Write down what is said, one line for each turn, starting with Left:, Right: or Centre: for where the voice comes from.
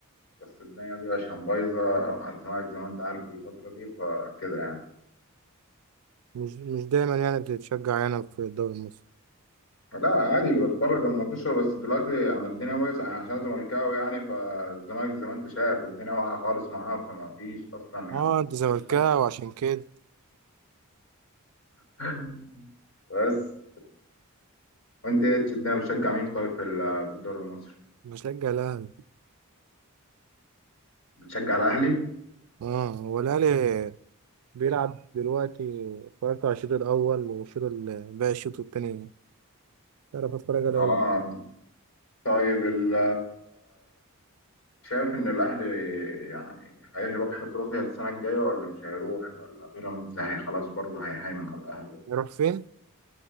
Left: بس الدنيا دي عشان بايظة مع الزمالك زي ما انت عارف الفترة دي فكده يعني
Right: مش مش دايما يعني بتتشجع هنا في الدوري المصري
Left: لا عادي بتفرج على الماتشات بس دلوقتي يعني الدنيا بايظة يعني عشان زملكاوي يعني فالزمالك زي ما انت شايف الدنيا واقعة خالص معاه فما فيش أصلا
Right: اه
Left: يعني
Right: انت زملكاوي
Left: مفيش
Right: عشان كده
Left: <laughs> بس وانت ايه الدنيا بتشجع مين طيب في ال- في الدوري المصري؟
Right: بشجع الاهلي
Left: بتشجع الأهلي؟
Right: اه هو الاهلي بيلعب دلوقتي اتفرجت على الشوط الاول والشوط ال- باقي الشوط التاني تعرف اتفرج عليه
Left: اه
Right: ولا لا
Left: طيب ال شايف إن الأهلي يعني هيروح أفريقيا السنة الجاية ولا مش هيروح ولا بيراميدز هي خلاص برضه هيهيمن على الأهلي
Right: يروح فين